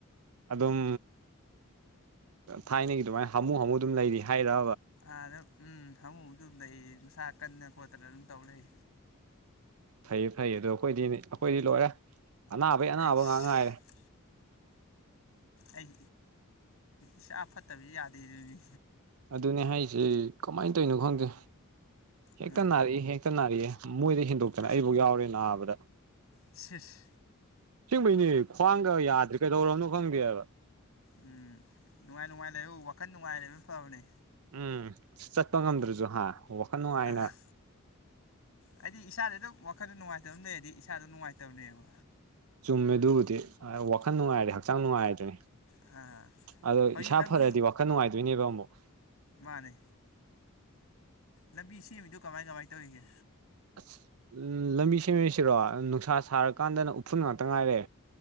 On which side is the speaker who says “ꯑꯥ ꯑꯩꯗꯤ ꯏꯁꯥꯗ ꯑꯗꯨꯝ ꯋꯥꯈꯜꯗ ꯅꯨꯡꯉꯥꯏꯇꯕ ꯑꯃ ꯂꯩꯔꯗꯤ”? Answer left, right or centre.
Left